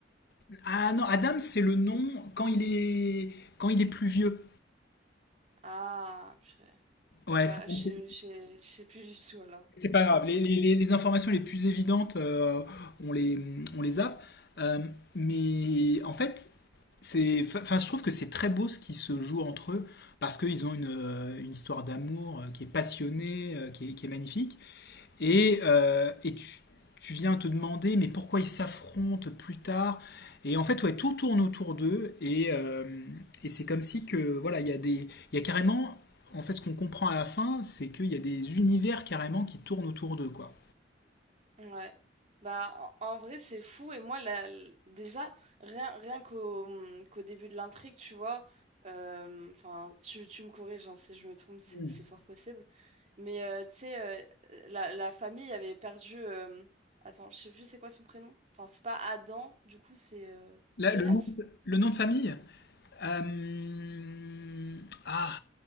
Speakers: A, on the left; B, on the right.
A: si- Ah non, Adam, c'est le nom quand il est quand il est plus vieux.
B: Ah, purée.
A: Ouais,
B: Bah,
A: c'est
B: je sais
A: c'est-
B: je sais- je sais plus du tout alors.
A: c'est pas grave. Les, les- les- les informations les plus évidentes, euh, on les on les zappe. Euh, mais en fait, c'est, enfin, je trouve que c'est très beau ce qui se joue entre eux parce qu'ils ont une, euh, une histoire d'amour euh, qui est passionnée, euh, qui est, qui est magnifique. Et, euh, et tu, tu viens te demander, mais pourquoi ils s'affrontent plus tard Et en fait, ouais, tout tourne autour d'eux. Et, euh, et c'est comme si que, voilà, il y a des, il y a carrément, en fait, ce qu'on comprend à la fin, c'est qu'il y a des univers carrément qui tournent autour d'eux, quoi.
B: Ouais. Bah, en, en vrai, c'est fou. Et moi, la- l- déjà, rien, rien qu'au hum, qu'au début de l'intrigue, tu vois, euh, enfin, tu, tu me corriges, hein, si je me trompe, c'est
A: Mm.
B: c'est fort possible. Mais euh, tu sais, euh, la, la famille avait perdu. euh, attends, je sais plus c'est quoi son prénom. Enfin, c'est pas Adam, du coup, c'est euh,
A: Là,
B: Jonas.
A: le nom, le nom de famille Euh, Ah,